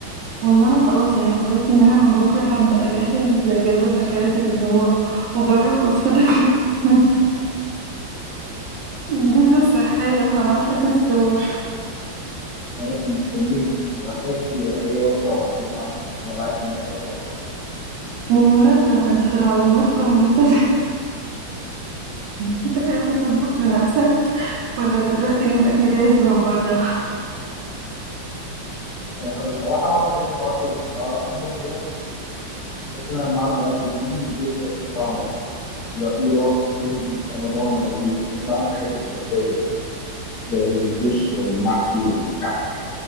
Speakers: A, on the right; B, on the left.
A: والله أنا خلاص يعني قررت إن أنا من بكرة هبدأ أجهز جدول أكلات الأسبوع وجرب وصفتك <laughs> البيتزا الصحية وهبعت لك الصور
B: أنا مستنيهم وأحتاج أي وصفة أو نصيحة أنا معاك يعني خطوة بخطوة
A: بالمناسبة بقى انت في العزومات والمناسبات <laughs> بتحب تطبخ لنفسك ولا بتروح تجيب أكل جاهز من بره
B: يعني أنا بصراحة بحب أطلب أطبخ بنفسي بحس إن أنا لما أعمل الأكل بإيدي بيفرق في طعمه بيبقى فيه روح خصوصا في رمضان أو العيد بحب أعمل الحاجات التراثية زي الكشك والمحشي والكحك